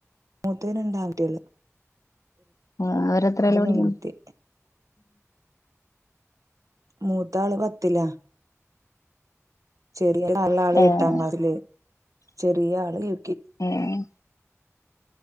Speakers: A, on the right (about 85°); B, on the left (about 80°).
A: തത് രണ്ടാകുട്ടികൾ
B: ആ അവരെത്രേലാ പഠിക്കുന്നത്
A: പെൺകുട്ടി മൂത്താള് പത്തിലാ ചെറിയ <inaudible>
B: ഏഹ്
A: എട്ടാം ക്ലാസ്സില് ചെറിയ ആള് എ
B: <inaudible>